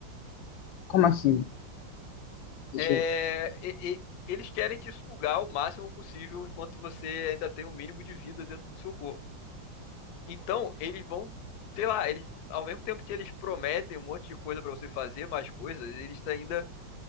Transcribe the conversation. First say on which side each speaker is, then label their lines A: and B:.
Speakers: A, on the left (about 80°); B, on the left (about 65°).
A: Como assim? Deixa
B: É,
A: eu-
B: e- e- eles querem te sugar o máximo possível enquanto você ainda tem o mínimo de vida dentro do seu corpo. Então, eles vão, sei lá, eles, ao mesmo tempo que eles prometem um monte de coisa pra você fazer, mais coisas, eles ainda